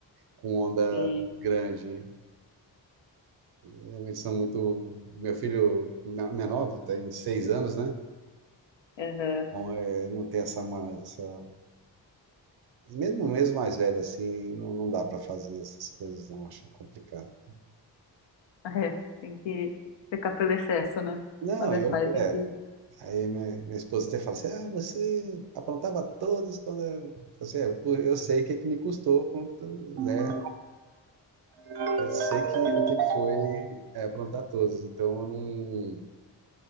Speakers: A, on the right; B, on the left.
A: com onda
B: Que,
A: grande. Realmente são muito. Meu filho me- menor tem seis anos, né?
B: aham,
A: Não, é, não tem essa, ma- essa. Mesmo mesmo mais velho assim, não, não dá para fazer essas coisas, não. Acho complicado.
B: <laughs> é, tem que pecar pelo excesso, né?
A: Não,
B: Quando é
A: eu.
B: pai, tem
A: É,
B: que
A: aí minha, minha esposa até fala assim: ah, você aprontava todas quando. Eu, eu, falo assim, é, pô, eu sei o que, que me custou, aprontar, né? Eu sei que, o que que foi é, aprontar todas, então eu não,